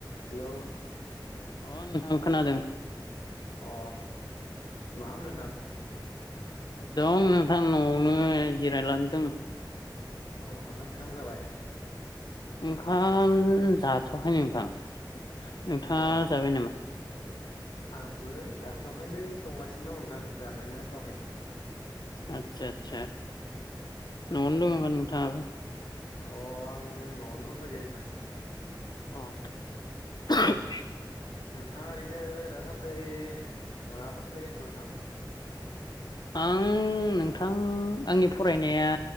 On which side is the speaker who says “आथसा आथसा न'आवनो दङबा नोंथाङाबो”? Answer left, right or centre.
Left